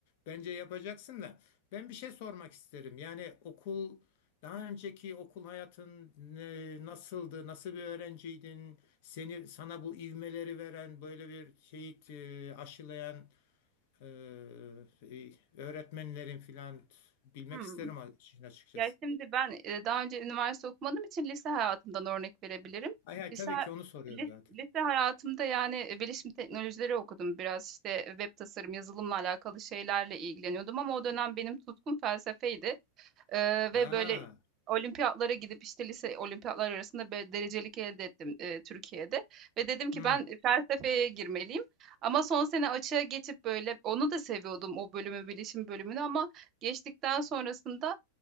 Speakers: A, on the left; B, on the right.
A: Bence yapacaksın da ben bir şey sormak isterim. Yani okul daha önceki okul hayatın e, nasıldı? Nasıl bir öğrenciydin? Seni sana bu ivmeleri veren böyle bir şeyi e, aşılayan ee, e, öğretmenlerin filan bilmek
B: Hmm.
A: isterim işin açıkçası.
B: Ya şimdi ben e, daha önce üniversite okumadığım için lise hayatımdan örnek verebilirim.
A: Hay hay
B: Lise,
A: tabii ki onu soruyorum
B: lis-
A: zaten.
B: lise hayatımda yani e, bilişim teknolojileri okudum. Biraz işte web tasarım, yazılımla alakalı şeylerle ilgileniyordum ama o dönem benim tutkum felsefeydi. Ee, ve
A: Aa,
B: böyle olimpiyatlara gidip işte lise olimpiyatlar arasında bir derecelik elde ettim e, Türkiye'de. Ve dedim ki
A: hmm,
B: ben felsefeye girmeliyim. Ama son sene açığa geçip böyle onu da seviyordum o bölümü, bilişim bölümünü ama geçtikten sonrasında